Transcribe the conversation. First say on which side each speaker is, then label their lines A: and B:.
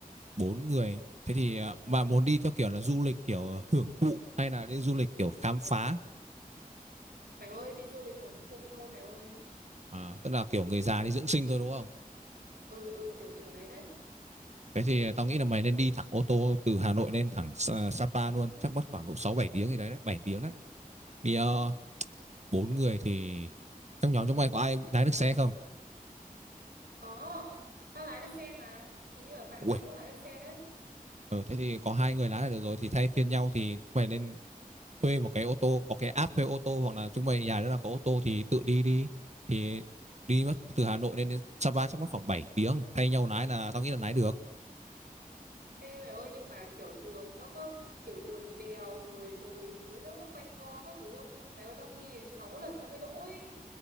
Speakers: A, on the right; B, on the right.
A: bốn người thế thì à, mà muốn đi theo kiểu là du lịch kiểu hưởng thụ hay là đi du lịch kiểu khám phá
B: Mẹ ơi, đi du lịch hưởng thụ thôi mẹ ơi.
A: à, tức là kiểu người già đi dưỡng sinh thôi đúng không
B: Ừ ừ kiểu kiểu đấy đấy.
A: thế thì tao nghĩ là mày nên đi thẳng ô tô từ Hà Nội lên thẳng Sa- Sapa luôn chắc mất khoảng độ 6 7 tiếng gì đấy đấy 7 tiếng đấy vì ờ, bốn người thì trong nhóm chúng mày có ai lái được xe không
B: Có, tao lái được xe mà. Hình như là bạn
A: ui
B: tao cũng lái được xe đấy.
A: ờ, thế thì có hai người lái là được rồi thì thay phiên nhau thì mày lên thuê một cái ô tô có cái app thuê ô tô hoặc là chúng mày nhà đó là có ô tô thì tự đi đi thì đi mất từ Hà Nội lên đến Sapa chắc mất khoảng bảy tiếng thay nhau lái là tao nghĩ là lái được
B: Ê mẹ ơi nhưng mà kiểu đường nó có kiểu đường đèo rồi đồi núi nó có quanh co các thứ không? Mẹ ơi tao thi đến 6 lần tao mới đỗ ấy.